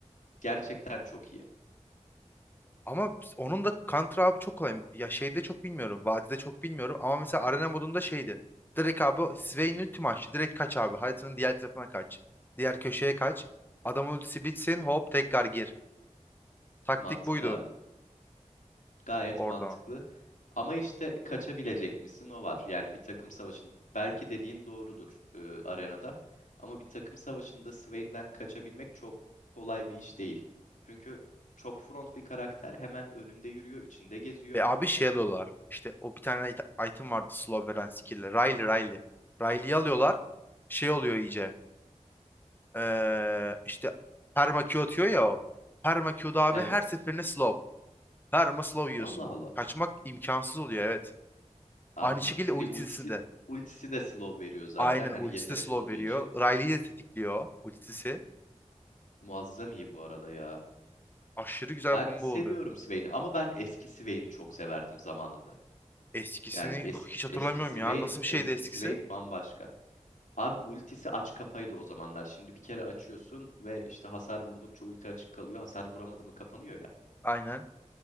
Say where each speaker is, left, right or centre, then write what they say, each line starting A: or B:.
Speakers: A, on the left; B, on the left.
A: gerçekten çok iyi.
B: Ama onun da Counter abi çok kolay. Ya şeyde çok bilmiyorum. Vadide çok bilmiyorum. Ama mesela arena modunda şeydi. Direkt abi Swain'in ulti açtı. Direkt kaç abi. Haritanın diğer tarafına kaç. Diğer köşeye kaç.
A: Hı.
B: Adamın ultisi bitsin. Hop tekrar gir. Taktik
A: Mantıklı
B: buydu
A: abi. Gayet
B: orada.
A: mantıklı. Ama işte kaçabilecek misin o var. Yani bir takım savaşın belki dediğin doğrudur e, arenada. Ama bir takım savaşında Swain'den kaçabilmek çok kolay bir iş değil. Çünkü çok front bir karakter hemen önünde yürüyor, içinde geziyor.
B: Ve abi şey alıyorlar. İşte o bir tane it- item vardı slow veren skill'le. Riley Riley. Riley'yi alıyorlar. Şey oluyor iyice. Ee, işte perma Q atıyor ya o. Perma Q'da abi
A: Evet.
B: her seferinde slow. Her slow yiyorsun.
A: Allah Allah.
B: Kaçmak imkansız oluyor evet.
A: Abi
B: Aynı
A: mümkün
B: şekilde ultisini
A: değil. Ultisi,
B: de.
A: ultisi de slow veriyor zaten
B: Aynen
A: hani
B: ultisi
A: yetenek
B: de slow
A: olduğu
B: veriyor.
A: için.
B: Riley'i de tetikliyor ultisi.
A: Muazzam iyi bu arada ya.
B: Aşırı güzel
A: Ben
B: combo
A: seviyorum
B: oluyor.
A: Swain'i ama ben eski Swain'i çok severdim zamanında.
B: Eskisini
A: Yani eski
B: hiç hatırlamıyorum
A: eskisi
B: ya.
A: Vayne,
B: Nasıl bir şeydi
A: eskisi
B: eskisi?
A: Vayne bambaşka. Abi ultisi aç kapaydı o zamanlar. Şimdi bir kere açıyorsun ve işte hasar vurdukça ulti açık kalıyor. Hasar vuramadı mı kapanıyor ya.
B: Aynen.